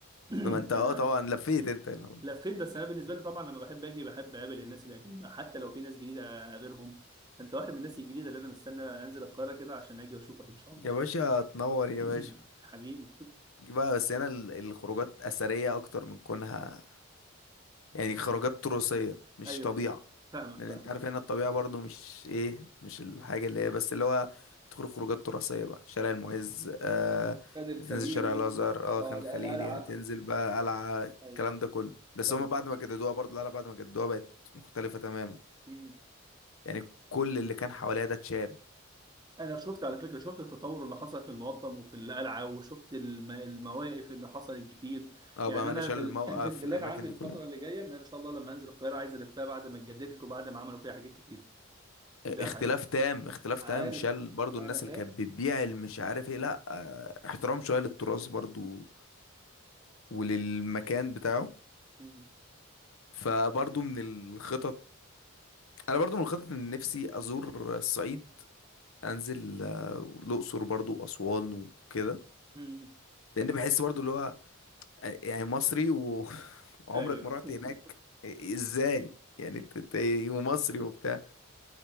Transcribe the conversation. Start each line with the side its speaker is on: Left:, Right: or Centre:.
Right: <clears throat>
Left: ما انت
Right: فانا
Left: اه طبعا لفيت انت هنا
Right: لفيت بس انا بالنسبه لي طبعا لما بحب اجي بحب اقابل الناس القديمه حتى لو في ناس جديده اقابلهم انت واحد من الناس الجديده اللي انا مستني انزل القاهره كده عشان اجي واشوفك ان شاء الله
Left: يا باشا تنور يا
Right: <clears throat>
Left: باشا
Right: حبيبي
Left: جي بقى بس هنا ال- الخروجات أثرية أكتر من كونها يعني خروجات تراثية مش
Right: ايوه
Left: طبيعة
Right: فاهمك
Left: لأن
Right: فاهمك
Left: أنت عارف هنا الطبيعة برضو مش إيه مش الحاجة اللي هي بس اللي هو تخرج خروجات تراثية بقى شارع المعز آه
Right: خان الخليلي
Left: تنزل شارع الأزهر اه
Right: اه
Left: خان
Right: القلعه
Left: الخليلي هتنزل بقى القلعة
Right: ايوه
Left: الكلام
Right: ايوه
Left: ده كله بس
Right: فاهم
Left: هما بعد ما جددوها برضو القلعة بعد ما جددوها بقت مختلفة تماما
Right: مم.
Left: يعني كل اللي كان حواليها ده اتشال
Right: انا شفت على فكره شفت التطور اللي حصل في المقطم وفي القلعه وشفت الم- المواقف اللي حصلت كتير
Left: اه
Right: يعني
Left: بأمانة
Right: انا
Left: شال
Right: في
Left: الموقف
Right: ال- <clears throat> في البلاد
Left: في الأماكن
Right: عندي الفتره
Left: دي كلها
Right: اللي جايه ان انا ان شاء الله لما انزل القاهره عايز الفها بعد ما اتجددت وبعد ما عملوا فيها حاجات كتير
Left: اختلاف
Right: ده حقيقي
Left: تام اختلاف
Right: عارف
Left: تام شال برضو
Right: انا
Left: الناس
Right: فاهم
Left: اللي كانت بتبيع اللي مش عارف ايه لا اه، احترام شوية للتراث برضو وللمكان بتاعه
Right: مم.
Left: فبرضو من الخطط انا برضو من الخطط ان نفسي ازور الصعيد انزل آه، الاقصر برضو واسوان وكده
Right: مم.
Left: لان بحس برضو اللي هو آه، يعني مصري و- <laughs> وعمرك
Right: ايوه
Left: ما رحت
Right: <laughs>
Left: هناك آه، ازاي يعني انت إنت إيه ومصري وبتاع